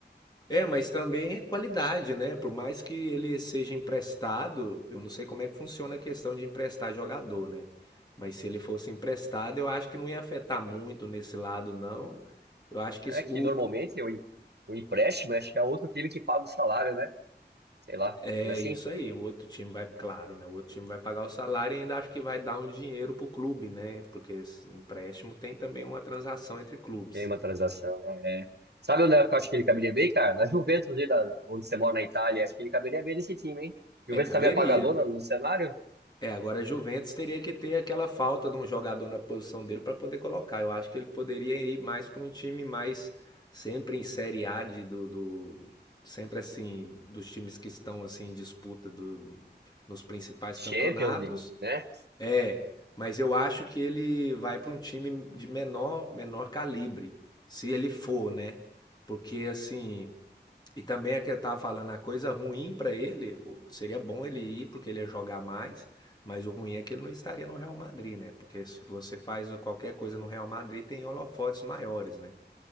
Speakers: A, on the left; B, on the right.
A: É, mas também é qualidade, né? Por mais que ele seja emprestado, eu não sei como é que funciona a questão de emprestar jogador, né? Mas se ele fosse emprestado, eu acho que não ia afetar muito nesse lado, não. Eu acho que
B: É
A: isso,
B: que
A: o-
B: normalmente o, em- o empréstimo, acho que é outro time que paga o salário, né? Sei lá,
A: é
B: não é assim?
A: isso aí. O outro time vai, claro, né? O outro time vai pagar o salário e ainda acho que vai dar um dinheiro pro clube, né? Porque esse empréstimo tem também uma transação entre clubes.
B: Tem uma transação, né? É. Sabe onde eu acho que ele caberia bem, cara? Na Juventus, ali da, onde você mora na Itália, acho que ele caberia bem nesse time, hein?
A: É,
B: Juventus
A: caberia.
B: também é pagadora no cenário?
A: É, agora a Juventus teria que ter aquela falta de um jogador na posição dele para poder colocar. Eu acho que ele poderia ir mais para um time mais sempre em Série A de, do, do- sempre assim dos times que estão assim em disputa do, nos principais
B: Champions
A: campeonatos.
B: League, né?
A: É, mas eu acho que ele vai para um time de menor menor calibre, se ele for, né? Porque assim, e também é que eu tava falando, a coisa ruim para ele, o- seria bom ele ir porque ele ia jogar mais, mas o ruim é que ele não estaria no Real Madrid, né? Porque se você faz qualquer coisa no Real Madrid, tem holofotes maiores, né?